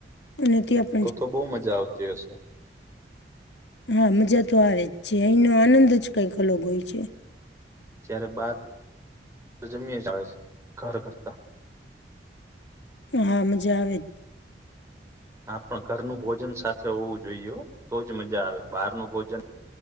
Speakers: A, on the left; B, on the right.
A: અને ત્યા આપ
B: તો તો બઉુ મજા આવતી હશે
A: હા મજા તો આવે જ છે અહીંનો આનંદ જ કઈક અલગ હોય છે
B: જ્યારે બાર જમી આવે છે ઘર કરતા
A: હામજ વિ
B: હા પણ ઘરનું ભોજન સાથે હોવું જોઈએ તોજ મજા આવે બહાર ન ભોજન